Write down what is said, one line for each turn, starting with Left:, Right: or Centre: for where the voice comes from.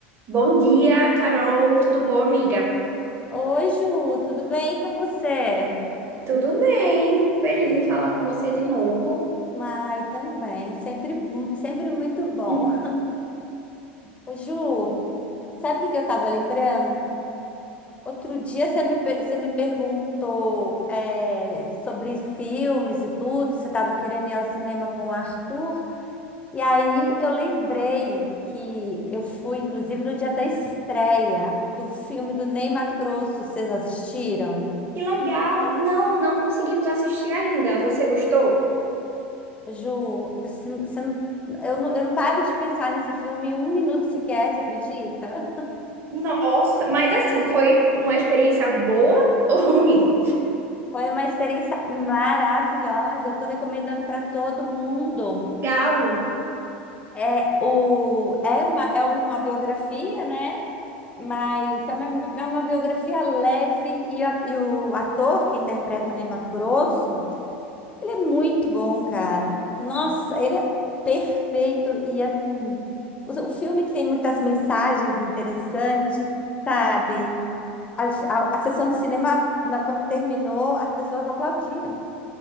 Right: Bom dia, Carol. Tudo bom, amiga?
Left: Oi, Ju, tudo bem com você?
Right: Tudo bem. Feliz em falar com você de novo.
Left: Ai, também, sempre, mu- sempre muito bom.
Right: Hum.
Left: Ô, Ju, sabe o que que eu estava lembrando? Outro dia você me, per- você me perguntou é, sobre filmes e tudo, você estava querendo ir ao cinema com o Arthur, e aí eu lembrei que eu fui, inclusive, no dia da estreia do filme do Ney Matogrosso, vocês assistiram?
Right: Que legal. Não, não conseguimos assistir ainda. Você gostou?
Left: Ju, se- você não- eu, não, eu não paro de pensar nesse filme um minuto sequer, você acredita?
Right: Nossa, mas assim, foi uma experiência boa <laughs> ou ruim?
Left: Foi uma experiência maravilhosa. Eu estou recomendando para todo mundo.
Right: Legal.
Left: É, o, é, uma, é uma biografia, né? Mas é uma, é uma biografia leve e, a- e o ator que interpreta o Ney Matogrosso. Ele é muito bom, cara. Nossa, ele é perfeito e assim, o, o filme tem muitas mensagens interessantes, sabe? A, a- a sessão de cinema, na- quando terminou, as pessoas aplaudiram.